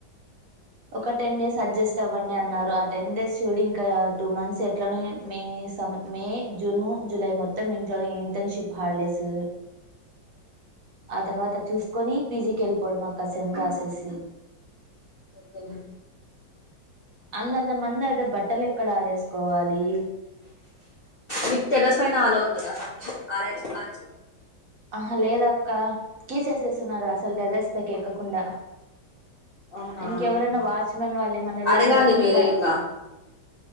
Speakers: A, on the right (about 55°); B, on the left (about 60°).
A: ఒక టెన్ డేస్ అడ్జస్ట్ అవ్వండి అన్నారు. ఆ టెన్ డేస్ చూడు ఇంకా టూ మంత్స్ ఎట్లా మీ మే జూన్ జులై మొత్తం ఇంట్లోనే ఇంటర్న్షిప్ హాలిడేస్. ఆ తర్వాత చూసుకొని పీజీకి వెళ్ళిపోవడం అక్క సెమ్ రాసేసి
B: ఓకే
A: అందంద మంది అంటే బట్టలు ఎక్కడ ఆరేసుకోవాలి.
B: మీకు టెర్రస్ పైన ఆలో ఉండదా ఆరేస్ ఆరేసుకొండి.
A: ఆహా లేదక్క తిసేస్తున్నారు. అసలు టెర్రెస్ పైకి ఎక్కకుండా
B: అవునా
A: ఇంకెవరైనా వాచ్మెన్ వాళ్ళే ఏమన్నా వెళ్ళాలి.
B: అడగాలి
A: అనుకుంటే
B: మీరే
A: వాళ్ళు
B: ఇంకా